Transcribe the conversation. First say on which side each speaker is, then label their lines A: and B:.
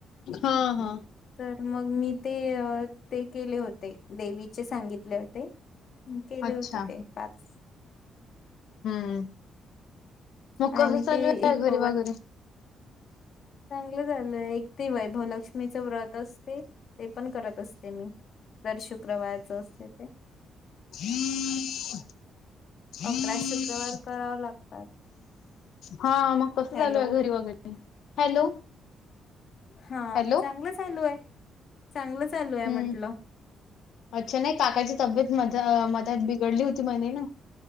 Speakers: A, on the left (about 70°); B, on the left (about 50°).
A: हा हा.
B: तर मग मी ते ते केले होते देवीचे सांगितले होते. केले
A: अच्छा
B: होते ते पाच
A: हम्म. मग
B: आणि
A: कस चालू
B: ते एक
A: घरी बाघरी.
B: चलं झालंय एक ते वैभवलक्ष्मीचं व्रत असते ते पण करत असते मी जर शुक्रवारच असते ते
A: हम हम.
B: अकरा शुक्रवार करावं लागतात.
A: हा मग कस
B: हॅलो
A: चालू आहे घरी वगैरे हॅलो.
B: हा
A: हॅलो
B: चांगलं चालू आहे चांगलं चालू आहे
A: हम्म
B: म्हटलं
A: अच्छा नाही काकाची तब्येत म मदत बिघडली होती म ना